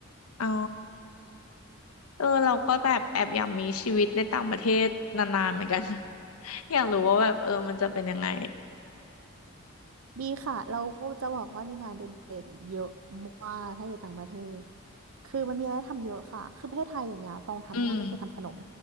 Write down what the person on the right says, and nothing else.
ดีค่ะเราจะบอกว่ามีงานเด็กๆเยอะมากถ้าอยู่ต่างประเทศคือมันมีอะไรให้ทำเยอะค่ะคือประเทศไทยอย่างเงี้ยต้องทำได้ก็คือทำขนม